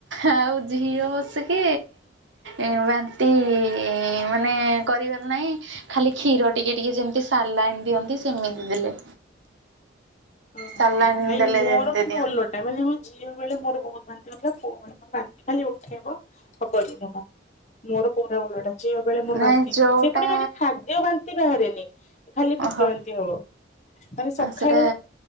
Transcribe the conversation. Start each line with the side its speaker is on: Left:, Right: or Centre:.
Right: ଆଉ ଝିଅ ବସିକି ଏ ବାନ୍ତି ମାନେ କରିବାର ନାହିଁ। ଖାଲି କ୍ଷୀର ଟିକେ ଟିକେ ଯେମିତି ସାଲାଇନ୍‌ଦିଅନ୍ତି ସେମିତି ଦେଲେ।
Left: ଓହୋ
Right: ସାଲାଇନ୍
Left: ନାଇଁ
Right: ଦେଲେ
Left: ମୋର
Right: ଯେମିତି
Left: କିନ୍ତୁ
Right: ଦିଅନ୍ତି
Left: ଓଲଟା। ନାଇଁ ମାନେ ମୋ ଝିଅ ବେଳେ ମୋର ବହୁତ ବାନ୍ତି ହୋଉଥିଲା ପୁଅ ବଳେ ମୋର ବାନ୍ତି ଖାଲି ଉଠେଇବ। ହବନି ଜମା। ମୋର ପୁରରା ଓଲଟା ଝିଅ ବେଳେ ମୋର
Right: ନାଇଁ
Left: ବାନ୍ତି ହୁଏ
Right: ଯୋଉଟା
Left: ସେ ପୁଣି ମାନେ ଖାଦ୍ୟ ବାନ୍ତି ବାହରେନି। ଖାଲି ପିତବାନ୍ତିହବ
Right: ଓହୋ
Left: ମାନେ ସଖାଳୁ
Right: ସେଟା